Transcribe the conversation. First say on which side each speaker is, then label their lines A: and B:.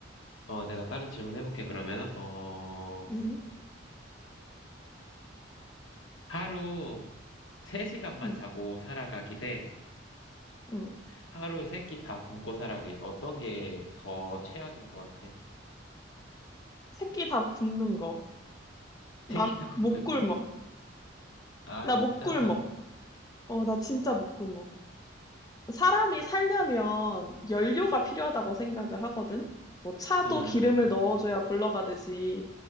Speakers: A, on the left (about 80°); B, on the left (about 20°).
A: 어, 내가 다른 질문 해볼게, 그러면. 어,
B: 응,
A: 하루 3시간만
B: 응,
A: 자고 살아가기 대,
B: 응.
A: 하루 세 끼 다 굶고 살아기. 어떤 게 더 최악인 것 같아? <laughs>
B: 새끼 다 굽는 거.
A: 세
B: 나
A: 끼 다 굶는
B: 못 굶어.
A: 거. 아,
B: 나
A: 진짜?
B: 못 굶어. 어, 나 진짜 못 굶어. 사람이 살려면 연료가 필요하다고 생각을 하거든. 뭐 차도
A: 음,
B: 기름을 넣어줘야 굴러가듯이